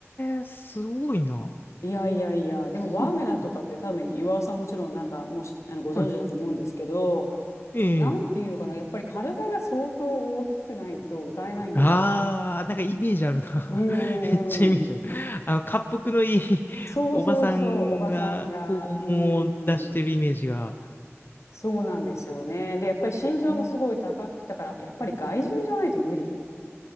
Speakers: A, on the left; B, on the left.
A: え、すごいな。
B: いやいやいや、でもワーグナーとかって多分岩尾さんもちろんなんかもうしあのご存知だと思うんですけど、
A: そうか。はい。ええ。
B: なんていうのかな、やっぱり体が相当大きくないと歌えないんですよ。
A: ああ、なんかイメージあるな。
B: うん
A: <laughs> めっちゃイメージある。
B: うんうん。
A: あの、恰幅のいい <laughs>
B: そうそうそう、
A: おばさんが、
B: おばさんが。
A: こう、
B: うん。
A: もう出してるイメージが。
B: そうなんですよね。で、やっぱり身長もすごい高く、
A: あー
B: だからやっぱり外人じゃないと無理。